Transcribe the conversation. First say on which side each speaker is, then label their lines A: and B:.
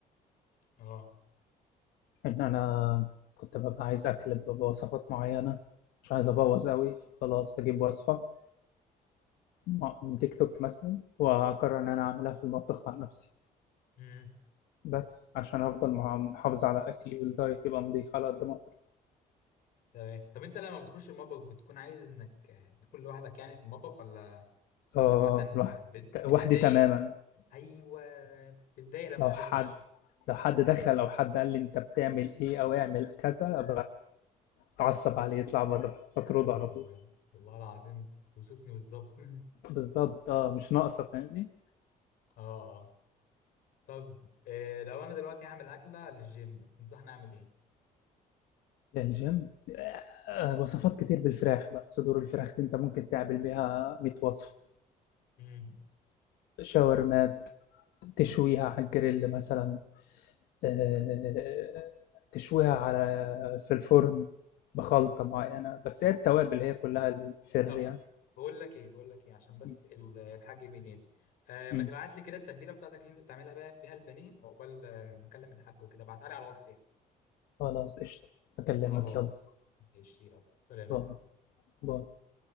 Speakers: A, on the left; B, on the left.
A: <laughs> اه
B: ان انا كنت ببقى عايز اكل ب- بوصفات معينه مش عايز ابوظ قوي فخلاص اجيب وصفه م- من تيك توك مثلا واقرر ان انا اعملها في المطبخ مع نفسي
A: امم
B: بس عشان افضل مع- محافظ على اكلي والدايت يبقى نضيف على قد ما اقدر
A: تمام طب انت لما بتخش المطبخ بتكون عايز انك آه، تكون لوحدك يعني في المطبخ ولا
B: اه
A: عامة
B: لوح-
A: آه، بت- بتتضايق
B: وحدي تماما
A: ايوه بتتضايق لما
B: لو
A: حد
B: حد
A: يخش
B: لو حد دخل او حد قال لي انت بتعمل ايه او اعمل كذا تعصب عليه يطلع بره تطرده
A: يا نهار
B: على طول
A: ابيض والله العظيم توصفني بالظبط <laughs>
B: بالظبط اه مش ناقصه فاهمني
A: اه طب آه، لو انا دلوقتي هعمل اكله للجيم تنصحني اعمل
B: يا الجيم آه، وصفات كتير بالفراخ بقى صدور الفراخ دي انت ممكن تعمل بيها 100 وصف
A: ايه؟
B: شاورمات تشويها على الجريل مثلا آه، تشويها على في الفرن بخلطة معينة بس هي التوابل هي كلها السر
A: طب
B: يعني
A: بقول لك ايه بقول لك ايه عشان بس
B: م-
A: ال- الحاج بينادي آه
B: م.
A: ما تبعت لي كده التتبيله بتاعتك اللي انت بتعملها بقى بيها البانيه عقبال آه، ما اكلم الحاج وكده ابعتها لي على الواتس يعني
B: خلاص قشطة أكلمك
A: خلاص
B: يلا
A: ماشي يلا سلام يا
B: باي باي